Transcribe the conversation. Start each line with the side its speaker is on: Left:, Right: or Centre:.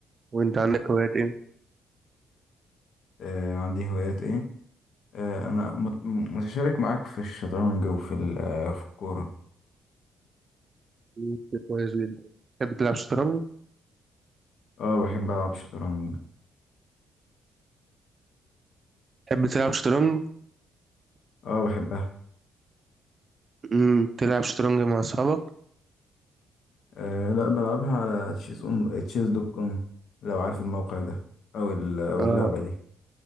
Right: وانت عندك هوايات ايه؟
Left: آه عندي هوايات ايه آه انا مت- متشارك معاك في الشطرنج وفي ال- آه، في الكورة
Right: مم، كويس جدا تحب تلعب شطرنج؟
Left: اه بحب ألعب شطرنج
Right: تحب تلعب شطرنج؟
Left: اه بحبها
Right: مم، تلعب شطرنج مع اصحابك؟
Left: آه لا بلعبها على تشيز اون تشيز دوت كوم لو عارف الموقع ده او ال- او
Right: اه
Left: اللعبة دي